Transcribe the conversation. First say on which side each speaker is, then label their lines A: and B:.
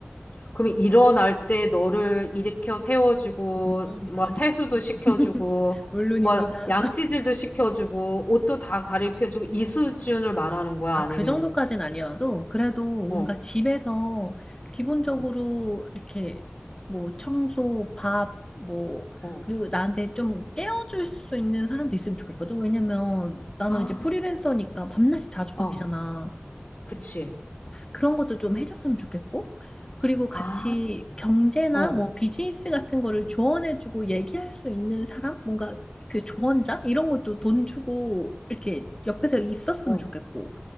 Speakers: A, on the left (about 40°); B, on the left (about 15°).
A: 그럼 일어날 때 너를 일으켜 세워주고,
B: 음, 물론이지.
A: 뭐 세수도 시켜주고,
B: <laughs> 물론입니다.
A: 뭐 양치질도 시켜주고, 옷도 다 가리켜주고, 이 수준을 말하는 거야?
B: 아,
A: 아니면,
B: 그 정도까진 아니어도 그래도
A: 어,
B: 뭔가 집에서 기본적으로
A: 어,
B: 이렇게 뭐 청소, 밥, 뭐
A: 어.
B: 그리고 나한테 좀 깨워줄 수 있는 사람도 있으면 좋겠거든. 왜냐면 나는
A: 아,
B: 이제 프리랜서니까 밤낮이 자주
A: 어,
B: 바뀌잖아.
A: 그치.
B: 그런 것도 좀 해줬으면 좋겠고, 그리고 같이
A: 아,
B: 경제나
A: 어,
B: 뭐 비즈니스 같은 거를 조언해주고 얘기할 수 있는 사람? 뭔가 그 조언자? 이런 것도 돈 주고 이렇게 옆에서 있었으면
A: 어.
B: 좋겠고.